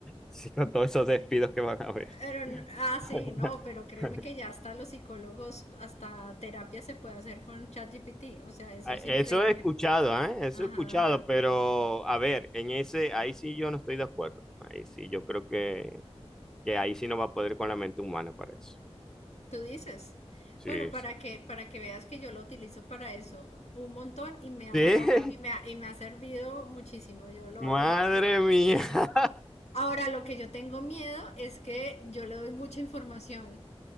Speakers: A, in the centre; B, on the left.
A: Sí, con todos esos despidos que van a haber.
B: Pero, ah,
A: <laughs>
B: sí, no, pero créeme que ya hasta los psicólogos, hasta terapia se puede hacer con ChatGPT. O sea, eso
A: Ah,
B: es
A: Eso
B: increíble.
A: he escuchado, ¿eh? Eso
B: Ajá.
A: he escuchado, pero a ver, en ese, ahí sí yo no estoy de acuerdo. Ahí sí, yo creo que, que ahí sí no va a poder con la mente humana para eso.
B: Tú dices.
A: Sí,
B: Bueno, para
A: sí.
B: que, para que veas que yo lo utilizo para eso un montón y me ha
A: Sí,
B: dado, y me ha, y me ha servido muchísimo. Yo lo,
A: <laughs> madre
B: lo,
A: mía,
B: Sí. Ahora, lo que yo tengo miedo es que yo le doy mucha información